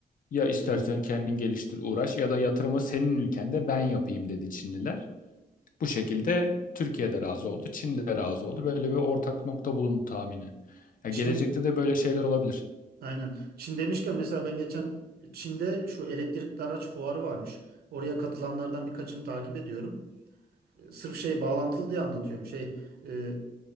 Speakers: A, on the left; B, on the right.
A: Ya istersen
B: Hı.
A: kendin geliştir uğraş ya da yatırımı senin ülkende ben yapayım dedi Çinliler. Bu şekilde Türkiye'de razı oldu, Çin'de razı oldu. Böyle bir ortak nokta bulundu tahmini. Ya
B: Çin
A: gelecekte de böyle şeyler olabilir.
B: aynen. Çin demişken mesela ben geçen Çin'de şu elektrikli araç fuarı varmış. Oraya katılanlardan birkaçını takip ediyorum. E, Sırf şey bağlantılı diye anlatıyorum. Şey e,